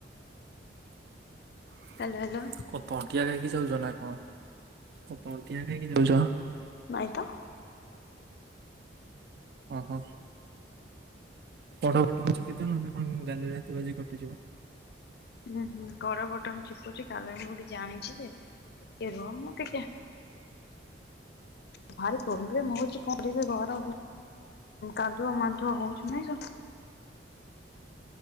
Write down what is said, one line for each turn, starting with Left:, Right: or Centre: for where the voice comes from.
Right: <inaudible>
Left: କାଲାର।
Right: କଣ ତଣ୍ଟିଆ ଖାଇକି ଯାଉଛ ନା କଣ କଣ ତଣ୍ଟିଆ ଖାଇକି ଯାଉଛ?
Left: ନାଇତ।
Right: ଓହୋ। କଡ ବଟମଚିପିଚ ନହେଲେପୁଣି ଗାଲିରେ ହାତ ବାଜି କଟିଯିବ।
Left: ହୁଁ ହୁଁ କଡ ଵଟମ ଚିପୁଚି ତାପରେ ମୁଁ ବି ଜାଣିଛି ଯେ ଟିକେ ରୁହ ମୁଁ ଟିକେ। ଭାରି ପ୍ରବ୍ଲେମ ହଉଛି କରିଵି ଘର କାଦୁଆ ମାଧୁଆ ହଉଚି ନାଇଁ ସ